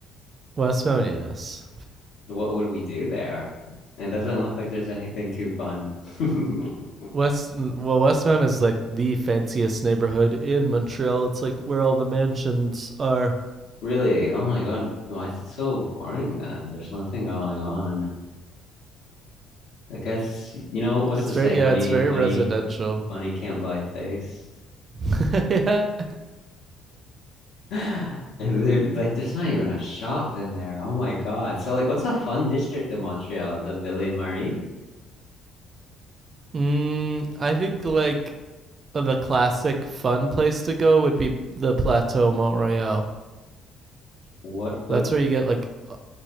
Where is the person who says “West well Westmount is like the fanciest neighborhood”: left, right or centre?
Right